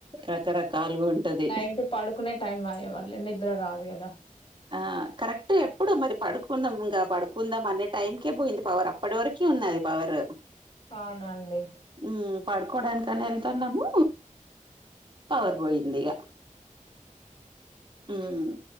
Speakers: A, on the right; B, on the left.
A: రకరకాలుగా ఉంటది
B: నైటు పడు కునే టైమ్ ఆయె మళ్ళీ నిద్ర రాదు కదా
A: ఆ కరెక్టు ఎప్పుడు మరి పడుకుందాం ఇంకా పడుకుందాం అనే టైంకే పోయింది పవర్ అప్పుడి వరకి ఉన్నది పవర్
B: అవునండి
A: ఊ పడుకోవడానికని వెళ్తాన్నాము పవర్ పోయింది ఇగ ఊమ్